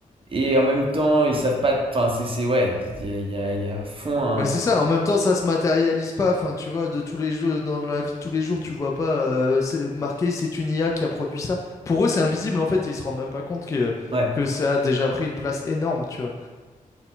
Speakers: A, on the right; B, on the left.
A: Et en même temps, ils savent pas. Enfin, c'est, c'est, ouais, il y a, il y a, il y a à fond un.
B: Bah c'est ça, en même temps ça se matérialise pas, enfin tu vois, de tous les jeux, dans la vie de tous les jours, tu vois pas euh, c'est marqué c'est une IA qui a produit ça. Pour eux c'est invisible en fait, et ils se rendent même pas compte que,
A: Ouais,
B: que ça a déjà pris une place énorme, tu vois.